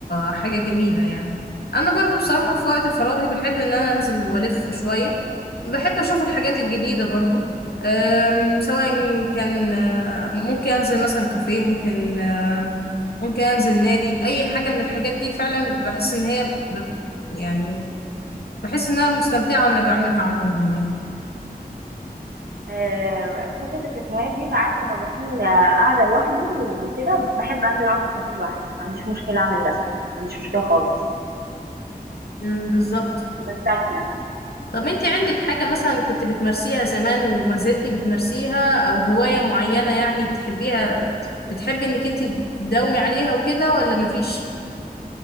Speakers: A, on the left; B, on the right.
A: حاجه جميله يعني انا برضو بصراحه في وقت فراغي بحب ان انا انزل والف شويه بحب اشوف الحاجات الجديده برضو أم، سواء كان آه، ممكن انزل مثلا كافيه ممكن آه، ممكن انزل نادي اي حاجه من الحاجات دي فعلا بحس ان هي بت- يعني بحس ان انا مستمتعه وانا بعملها عموما يعني
B: أه حتة الكافيهات دي ساعات لما بكون آه، قاعدة لوحدي وكده بحب أنزل أقعد في كافيه لوحدي ما عنديش مشكلة أعمل ده ما عنديش مشكلة خالص
A: مم، بالظبط
B: بستمتع
A: طب انت عندك حاجة مثلا كنت بتمارسيها زمان وما زلتي بتمارسيها او هواية معينة يعني بتحبيها بتحبي انك انت تداومي عليها وكده ولا مفيش؟